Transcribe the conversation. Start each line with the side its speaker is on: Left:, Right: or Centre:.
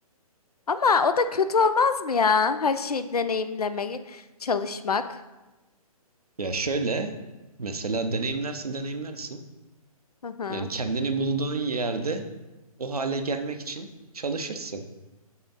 Left: Ama o da kötü olmaz mı ya? Her şeyi deneyimlemeye çalışmak.
Right: Ya şöyle mesela deneyimlersin deneyimlersin.
Left: Hı hı.
Right: Yani kendini bulduğun yerde o hale gelmek için çalışırsın.